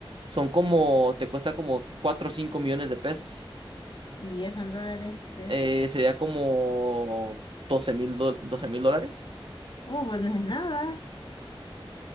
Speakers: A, on the right (about 65°); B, on the left (about 55°).
A: son como, te cuesta como 4 o 5 millones de pesos.
B: Y eso en dólares es,
A: Eh, sería como doce mil, do- 12 mil dólares.
B: uh, pues no es nada,